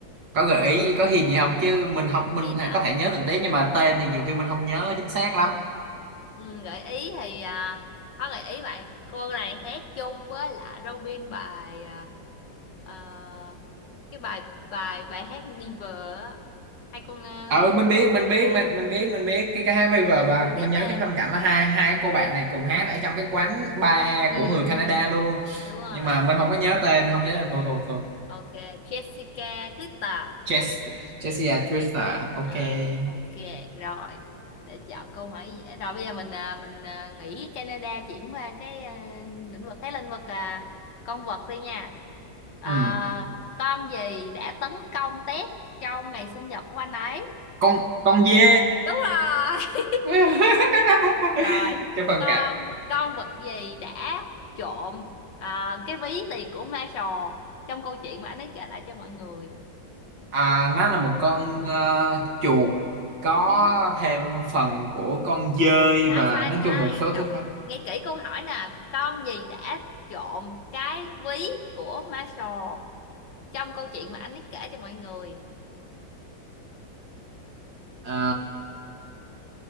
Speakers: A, on the right; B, on the left.
A: có gợi ý có hình gì không chứ mình học mình
B: Khi nở
A: có thể nhớ tình tiết nhưng mà tên thì nhiều khi mình không nhớ chính xác lắm
B: Ừ, gợi ý thì à, có gợi ý vậy cô này hát chung với lại Robin bài à, ờ, cái bài bài bài hát Never á. hai con à,
A: ờ
B: hãy Liên.
A: mình biết mình biết
B: à,
A: mình mình biết mình biết cái cái hai bây giờ và
B: không nhớ
A: mình nhớ
B: tên
A: cái phân cảnh là hai hai cô bạn này cùng hát ở trong cái quán bar
B: ừ
A: của người
B: ừ
A: Canada luôn
B: đúng rồi
A: nhưng mà mình không có nhớ tên không nhớ tên thôi thôi thôi
B: ok Jessica Twitter
A: Jessica Jessica Trista ok
B: À, ok rồi để chọn câu hỏi dễ rồi bây giờ mình à, mình à, nghĩ Canada chuyển qua cái à, lĩnh vực cái lĩnh vực à, con vật đi nha à,
A: ừ.
B: con gì đã tấn công Ted trong ngày sinh nhật của anh ấy
A: con con dê
B: Đúng rồi.
A: <laughs>
B: rồi
A: cái phân
B: con
A: cảnh
B: con vật gì đã trộm à, cái ví tiền của Marshall trong câu chuyện mà anh ấy kể lại cho mọi người
A: À, nó là một con ờ, chuột có
B: Ừ.
A: thêm phần của con dơi
B: sai
A: và
B: sai
A: nói
B: sai
A: chung một số
B: đọc
A: thứ khác.
B: nghe kỹ câu hỏi nè con gì đã trộm cái ví của Marshall trong câu chuyện mà anh ấy kể cho mọi người
A: Ờ,